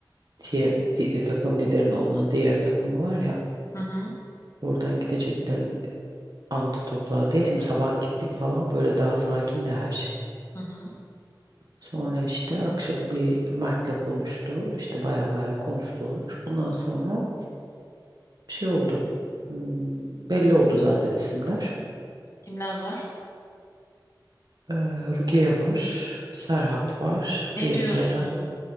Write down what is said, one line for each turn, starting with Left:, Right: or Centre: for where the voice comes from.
Right: diye- di- e, takım liderinin olan diğer takımı var ya
Left: Hı hı.
Right: oradan gideceklerin aldı topladı diye. Şimdi sabah gittik falan böyle daha sakin de her şey.
Left: Hı hı.
Right: Sonra işte akşam bir Mert'le konuştu. İşte baya baya konuştular. Ondan sonra bir şey oldu. Hmm, belli oldu zaten isimler.
Left: Kimler var?
Right: Ee, Rukiye var, Serhat var,
Left: Ne
Right: bir
Left: diyorsun?
Right: de